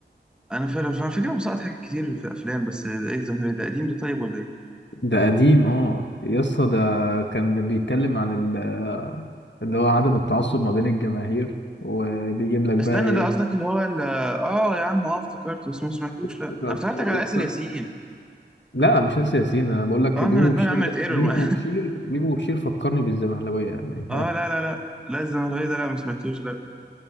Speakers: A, in the centre; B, on the left.
A: انا فعلا على فكره مسقط حاجات كتير في افلام بس آه، ايه الزمهرير ده قديم ده طيب ولا ايه
B: ده قديم اه يسطا ده كان بيتكلم عن ال- اللي هو عدم التعصب ما بين الجماهير وبيجيب لك بقى
A: استنى ده قصدك اللي هو ال- اه يا عم اه افتكرته بس ما سمعتوش
B: ايه
A: لا أنا افتكرتك على آسر ياسين
B: لا مش ياسر ياسين انا بقول لك
A: اه
B: بيبو
A: ما انا دماغي
B: وبشير
A: عملت
B: ده
A: ايرور
B: بيبو
A: ما
B: وبشير بيبو وبشير فكرني بالزمهلاويه يعني
A: اه
B: <laughs>
A: لا لا لا لا الزمهلاوي ده لا ما سمعتوش لا